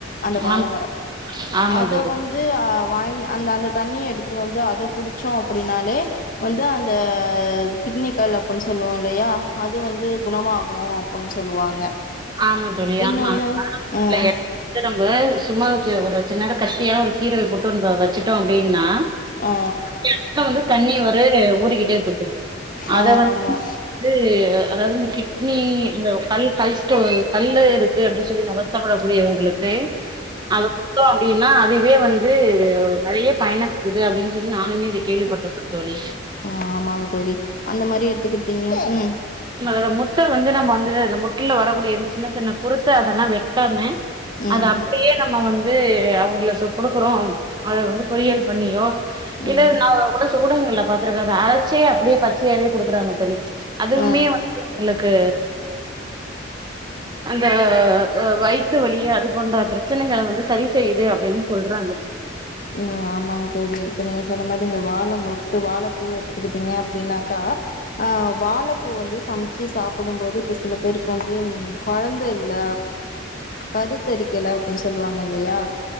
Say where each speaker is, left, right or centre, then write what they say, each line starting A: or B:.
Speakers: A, on the left (about 45°); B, on the right (about 20°).
A: அந்த வாழமரோ
B: ஆம் ஆமா
A: அத
B: தோழி
A: வந்து வந்து வாங்கி அந்த அந்த தண்ணிய எடுத்துட்டு வந்து அத குடிச்சோ அப்டின்னாலே வந்து அந்த கிட்னி கல் அப்பின்னு சொல்லுவோ இல்லையா அது வந்து குணமாகு ன்னு சொல்லுவாங்க
B: ஆமா தோழி
A: இன்னொன்னு
B: ஆமா ஆமா
A: ம்
B: இல்ல இ இத நம்ம சும்மா ஒரு சின்னதா கத்தியால ஒரு கீரல் போட்டு வந்து வச்சுட்டோ அப்டின்னா
A: ஆ
B: கெனத்துல வந்து தண்ணி ஒரு ஊருக்கிட்டே இருக்கு தோழி அத
A: ஆ
B: வந்து
A: ஆமா
B: நம்ப அது அதாவது இந்த கிட்னி இந்த கல் கல் கல்லு இருக்கு அப்டின்னு சொல்லி வருத்தப்படக்கூடியவங்களுக்கு அவ ம் அப்டின்னா அதுவே வந்து நெறைய பயணிருக்குது அப்டின்னு சொல்லி நானுமே இத கேள்விப்பட்ருக்கே தோழி
A: ஆஹ் ஆமாங்க தோழி அந்த மாரி எடுத்துக்கிட்டீங்கனா உம்
B: உங்களோட முட்ட வந்து நம்ம வந்து முட்டில வரக்கூடிய சின்ன சின்ன குறுத்து அதெல்லா வெட்டாம
A: ம்
B: அது அப்டியே நம்ம வந்து அவங்க கொடுக்குறோ அத வந்து பொறியல் பண்ணியோ இல்ல
A: ம்
B: நா ஒரு சில ஊடகங்கள்ல பாத்துருக்கே அரைச்சே அப்டியே பச்சையாவே குடுத்துறாங்க தோழி அதுவுமே
A: ஆ
B: வந்து உங்களுக்கு அந்த வயித்து வழியு அது போன்ற பிரச்சனைகள வந்து சரி செய்யுது அப்படின்னு சொல்றாங்க தோழி
A: உம் ஆமாங்க தோழி இப்ப நீங்க சொன்ன மாரி இந்த வாழை முட்டு வாழை பூ எடுத்துக்கிட்டீங்க அப்டின்னாக்கா வாழப்பூ வந்து சமைச்சு சாப்டும்போது இப்போ சில பேருக்கு வந்து கொழந்த இல்ல கருத்தரிக்கல அப்படின்னு சொல்லுவாங்க இல்லயா